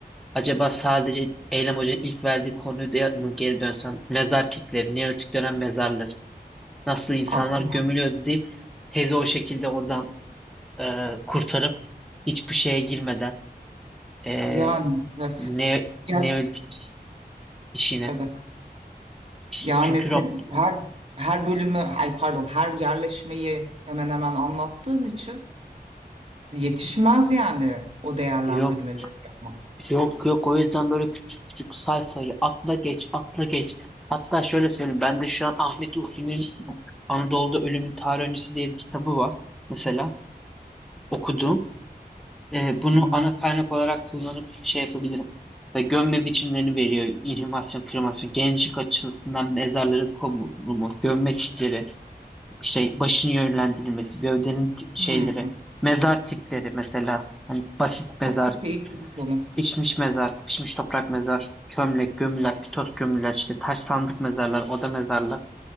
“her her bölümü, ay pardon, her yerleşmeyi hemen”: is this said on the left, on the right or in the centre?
Right